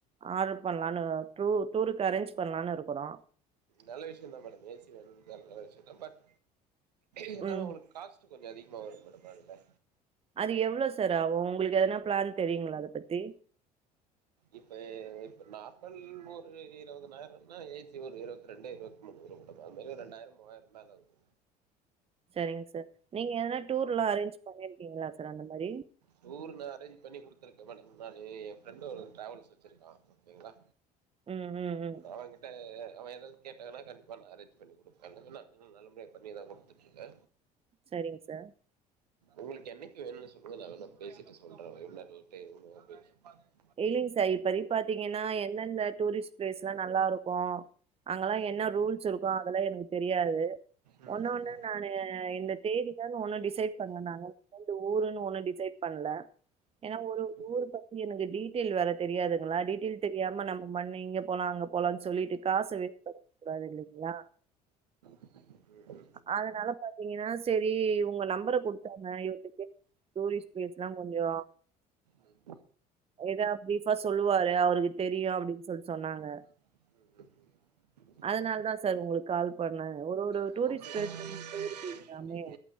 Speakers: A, on the right; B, on the right.
A: ஆர்டர் பண்ணலான்னு டூ டூருக்கு அரேஞ்ச் பண்ணலான்னு இருக்குறோம்
B: நல்ல விஷயந்தா மேடோம் ஏசி வேணும் தா விஷயத பட் இருந்தாலும்
A: ம்
B: அவங்களுகு காசு. ட்டு கொஞ்சோ அதிகமா வரும் மேடம் அதுல
A: அது எவ்ளோ சார் ஆவூ உங்களுக்கு எதுனா பிளான் தெரியுங்ளா அத பத்தி
B: இப்ப இப்ப நார்மல் ஒரு இருவது நாயிரன்னா ஏசி ஒரு இருவத்தி ரெண்டு இருவத் <unintelligible> அதுமாரி ரெண்டாயிர மூவாயிரந்தாங்க ஆகுது
A: செரிங் சார் நீங்க எதனா டூர்ல்லா அரேஞ்ச் பண்ணீர்கீங்ளா சார் அந்த மாரி
B: டூர் நா அரேஞ்ச் பண்ணி குடுத்துருக்க மேடம நானு எ ஃப்ரெண்ட் ஒரு ட்ராவல்ஸ் வச்சிருக்கா ஓகேங்ளா
A: ம் ம் ம்
B: அவங்கிட்ட அவ எதாவது கேட்டாங்கன்னா கண்டிப்பா நா அரேஞ்ச் பண்ணி குடுப்ப <unintelligible> நல்லபடியா பண்ணிதா குடுத்துட்டிருக்க
A: சரிங் சார்
B: உங்களுக்கு என்னைக்கு வேணுன்னு சொல்லுங்க நா வேனா பேசிட்டு சொல்ற என்ன ரேட்டு <unintelligible>
A: இல்லிங் சார் இப்பதிக் பாத்தீங்கன்னா எந்தெந்த டூரிஸ்ட் பிளேஸ்ல்லா நல்லாருக்கு அங்கல்லா என்ன ரூல்ஸ் இருக்கு அதல்லா எனுக்கு தெரியாது
B: ம் ம்
A: ஒன்னொன்னு நானு இந்த தேதி ப்ளான் ஒன்னு டிசைட் பண்ணல நாங்க இந்த ஊருன்னு ஒன்னு டிசைட் பண்ல ஏனா ஒரு ஒரு
B: ம்
A: ஊர் பத்தி எனுக்கு டீடெல் வேற தெரியாதுங்ளா டீடெய்ல் தெரியாம நம்ம மண்ணு இங்க போலா அங்க போலான் சொல்லீட்டு காச வேஸ் பண் கூடாது இல்லிங்ளா
B: ம் ம்
A: அதனால பாத்தீங்கன்னா செரி இவுங்க நம்பர குடுத்தாங்க இவருட்ட கேட் டூரிஸ்ட் பிளேஸ்ல்லா கொஞ்சோ
B: ம்
A: ஏதா ப்ரீஃபா சொல்லுவாரு அவருக்கு தெரியு அப்டின் சொல்ட்டு சொன்னாங்க
B: ம் ம் ம்
A: அதனாலதா சார் உங்ளுக் கால் பண்ண ஒரு ஒரு
B: ம் ம்
A: டூரிஸ்ட் பிளேஸ்லா
B: ஓகே
A: நீங்க போயிருப்பீங்ளாமே
B: நீங்க